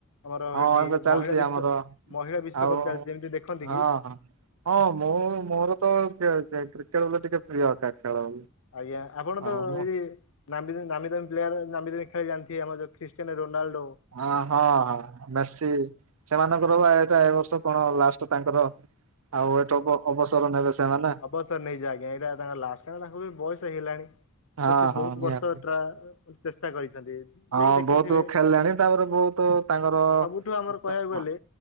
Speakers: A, on the left; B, on the right.
A: ଆମର
B: ହଁ
A: ହେଟି
B: ଏବେ ଚାଲିଛି
A: ମହିଳା ବିଶ୍ଵ
B: ଆମର
A: ମହିଳା ବିଶ୍ଵକପ
B: ଆଉ
A: ଚାଲିଛି ଯେମିତି ଦେଖନ୍ତି
B: ହଁ
A: କି?
B: ହଁ ହଁ ମୁଁ ମୋର ତ ଖେ ଖେଳ ପ୍ରତି ଟିକେ ପ୍ରିୟ ଖେଳ ଖେଳ।
A: ଆଜ୍ଞା ଆପଣ
B: ଆଉ
A: ତ
B: ମୁଁ
A: ଏଇ। ନାମି ଦାମୀ ପ୍ଲେୟାର ନାମୀ ଦାମୀ ଖେଳାଳି ଆମର ଯୋଉ ଖ୍ରୀଷ୍ଟିୟନୋ ରୋନାଲଡୋ।
B: ଅ ହଁ ହଁ ମେସି ସେମାନଙ୍କର ବା ଏଟା ଏ ବର୍ଷ କଣ ଲାଷ୍ଟ ତାଙ୍କର ଆଉ ଏଠୁ ଅ ଅବସର ନେବେ ସେମାନେ।
A: ବସର ନେଇଯିବେ ଆଜ୍ଞା ଏଇଟା ତାଙ୍କ ଲାଷ୍ଟ ବା ତାଙ୍କୁ ବି ବୟସ ହେଇଗଲାଣି।
B: ହଁ
A: ତ ସେ
B: ହଁ
A: ବହୁତ
B: ନିହାତି
A: ବର୍ଷ ଟ୍ରା ଚେଷ୍ଟା କରିଛନ୍ତି। ଯିଏକି
B: ହଁ
A: ଦେଖିଥିବେ
B: ବହୁତୁ ଖେଳିଲାଣି ତାପରେ ବହୁତ ତାଙ୍କର ଅ
A: ସବୁଠୁ ଆମର
B: ୱା
A: କହିବାକୁ ଗଲେ